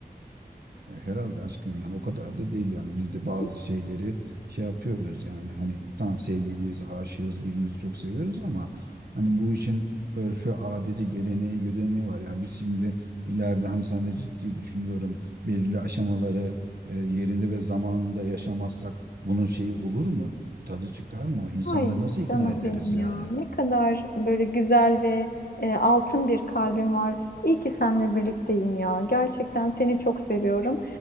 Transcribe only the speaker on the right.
E, Herhalde aşkım yani o kadar da değil yani biz de
bazı şeyleri şey yapıyoruz yani hani tamam sevgiliyiz, aşığız, birbirimizi çok seviyoruz ama hani bu işin örfü, adeti, geleneği, gödeneği var. Ya biz şimdi ileride hani sen de ciddi düşünüyorum belirli aşamaları e, yerinde ve zamanında yaşamazsak bunun şeyi olur mu? Tadı çıkar mı? İnsanları
nasıl ikna
ederiz
yani?